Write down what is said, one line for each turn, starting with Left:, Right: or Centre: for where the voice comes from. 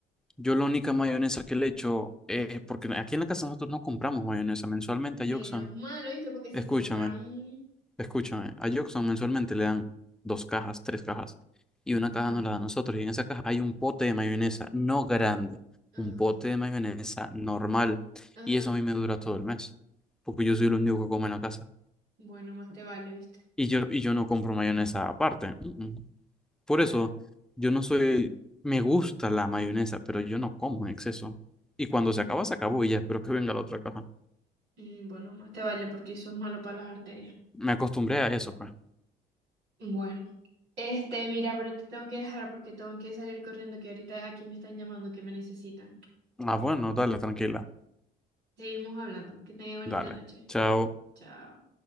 Centre: Yo la única mayonesa que le echo es porque aquí en la casa nosotros no compramos mayonesa mensualmente
Right: menos
Centre: a Yoxan.
Right: mal, ¿oíste? Porque si
Centre: Escúchame,
Right: compran...
Centre: escúchame, a Yoxan mensualmente le dan dos cajas, tres cajas y una
Right: Ajá,
Centre: caja nos la dan a nosotros y en esa caja hay un pote de mayonesa, no grande,
Right: ajá,
Centre: un pote de mayonesa normal
Right: ajá.
Centre: y eso a mí me dura todo el mes porque yo
Right: Mm,
Centre: soy el único que come en la casa.
Right: bueno, más te vale, ¿oíste?
Centre: Y yo, y yo no compro mayonesa aparte. Mm, mm. Por
Right: Claro.
Centre: eso, yo no soy, me gusta la mayonesa, pero yo no como en exceso. Y cuando
Right: Mm,
Centre: se acaba, se acabó y ya espero que venga la otra caja.
Right: mm, bueno, más te vale porque eso es malo para las arterias.
Centre: Me acostumbré a eso, pues.
Right: Bueno, este, mira, pero te tengo que dejar porque tengo que salir corriendo, que ahorita aquí me están llamando, que me necesitan.
Centre: Ah, bueno, dale, tranquila.
Right: Seguimos hablando. Que tengas bonita
Centre: Dale.
Right: noche.
Centre: Chao.
Right: Chao.